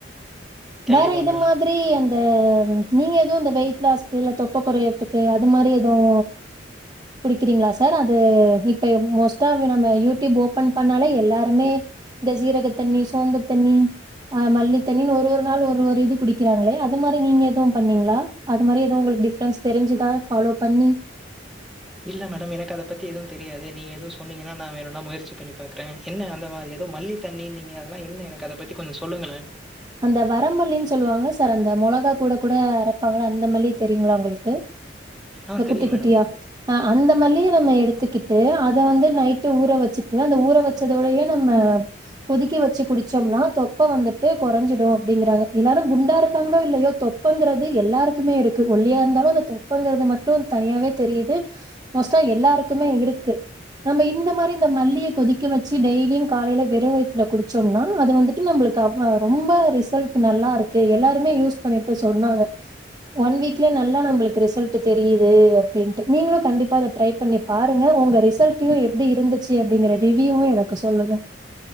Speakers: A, in the centre; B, on the right (about 20°).
A: கண்டிப்பா
B: வேற இது
A: மேடம்.
B: மாதிரி அந்த நீங்க எதுவு இந்த வெயி ட்லாஸ்க்கு இல்ல தொப்ப குறையதுக்கு அது மாரி எதுவு குடிக்கிறீங்களா சார் அது இப்ப மோஸ்டா நம்ம யூடியூப் ஓபன் பண்ணாலே எல்லாரு மே இந்த சீரக தண்ணி சோம்பு தண்ணி அ மல்லி தண்ணின்னு ஒரு ஒரு நாள் ஒரு ஒரு இது குடிக்கிறாங்களே அது மாரி நீங்க எதுவும் பண்ணீங்களா அது மாதிரி எதவு உங்களுக்கு டிஃப்ரன்ஸ் தெரிஞ்சுதான் ஃபாலோ பண்ணி
A: இல்ல மேடம் எனக்கு அத பத்தி எதுவும் தெரியாது நீங்க எதுவு சொன்னீங்கன்னா நா வேணும்னா முயற்சி பண்ணி பாக்குறே என்ன அந்த மாரி எதவும் மல்லி தண்ண நீங்க அதெல்லா என்ன எனக்கு அத பத்தி கொஞ்சோ சொல்லுங்களா
B: அந்த வரம்மல்லின்னு சொல்லுவாங்களா சார் அந்த மொளகா கூட கூட அறைப்பாங்களா அந்த மல்லி தெரியுங்களா உங்களுக்கு
A: ஆ
B: இந்த குட்டி
A: தெரியும்
B: குட்டியா
A: மேடம்.
B: ஆ அந்த மல்லியை நம்ம எடுத்துக்கிட்டு அத வந்து நைட்டு ஊற வச்சுட்டு அந்த ஊற வச்சதோடயே நம்ம கொதிக்கி வச்சு குடிச்சோம்னா தொப்ப வந்துட்டு குறைஞ்சிடு அப்படிங்காங்க எல்லாரு குண்டா இருக்காங்களோ இல்லையோ தொப்பங்கிறது எல்லாருக்குமே இருக்கு ஒல்லியா இருந்தாலும் அ தொப்பங்கிறது மட்டும் தனியாவே தெரியுது மோஸ்ட எல்லாருக்குமே இருக்கு நம்ம இந்த மாரி இந்த மல்லிய கொதிக்க வச்சு டெய்லியும் காலையில வெறும் வயத்துல குடிச்சோம்னா அது வந்துட்டு நம்மளுக்கு ஆ ரொம்ப ரிசல்ட் நல்லா இருக்கு எல்லாருமே யூஸ் பண்ணிட்டு சொன்னாங்க ஒன் வீக்லயே நல்லா நம்மளுக்கு ரிசல்ட் தெரியுது அப்படின்ட்டு நீங்களும் கண்டிப்பா அத ட்ரை பண்ணி பாருங்க உங்க ரிசல்டையும் எப்படி இருந்துச்சு அப்படிங்கற ரிவ்யூவு எனக்கு சொல்லுங்க